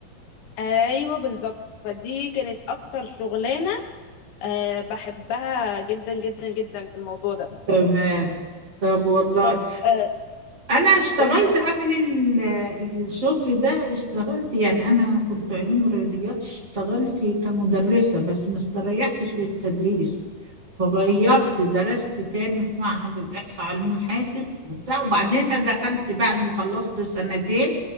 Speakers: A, on the left; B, on the right.
A: ايوه بالظبط فدي كانت اكتر شغلانة أه بحبها جدا جدا جدا في الموضوع ده
B: تمام طب والله
A: طب آه
B: انا اشتغلت
A: قولي
B: قبل ال- الشغل ده اشتغلت يعني انا كنت علوم رياضيات اشتغلت كمدرسة بس ما استريحتش في التدريس فغيرت درست تاني في معهد الإحصاء علوم حاسب وبتاع وبعدين <laughs> دخلت بعد ما خلصت سنتين